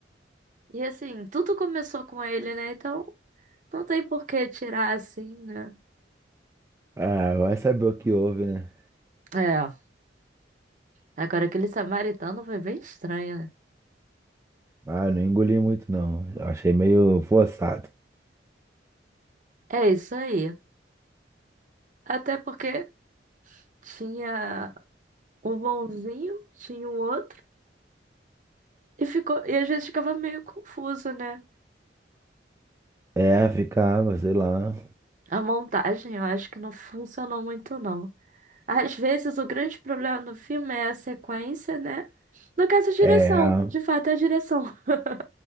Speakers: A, on the right; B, on the right.
A: e assim, tudo começou com ele, né? Então, não tem por que tirar assim, né?
B: Ah, vai saber o que houve, né?
A: É, agora aquele samaritano foi bem estranho, né?
B: Ah, não engoli muito, não. Eu Achei meio forçado.
A: É isso aí. Até porque tinha um bonzinho, tinha o outro. E ficou, e às vezes ficava meio confuso, né?
B: É, ficava, sei lá.
A: A montagem eu acho que não funcionou muito, não. Às vezes o grande problema do filme é a sequência, né? No caso, a direção.
B: É,
A: De fato, é a direção. <laughs>